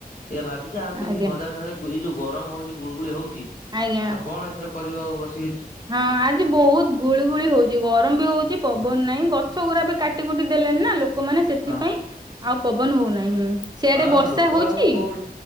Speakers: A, on the left; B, on the right.
A: ଏଇା ଭାବିଛି ଆଉ ତ
B: ଆଜ୍ଞା
A: କିଛି ଭଜା ଭଜ ଭ ଏଇ ଯୋଉ ଗରମ ହଉଛି ଗୁଳୁଗୁଳି ହଉଛି
B: ଆଜ୍ଞା।
A: ଆଉ କଣ ଏଥିରେ କରି ଆଉ ବସି
B: ହଁ ଆଜି ବହୁତ ଗୁଳୁଗୁଳି ହଉଛି ଗରମ ବି ହଉଛି ପବନ
A: ହଁ
B: ନାହିଁ। ଛଗୁରା ବି କାଟି କୁଟି ଦେଲେଣିି ନା ଲୋକମାନେ ସେଥିପାଇଁ
A: ହଁ।
B: ଆଉ ପବନ ହଉନାହିଁ। ସିଆଡେ
A: ହଁ ଆଉ
B: ବର୍ଷା
A: ଲୋକ
B: ହଉଛି
A: ଆଉ କୋଉ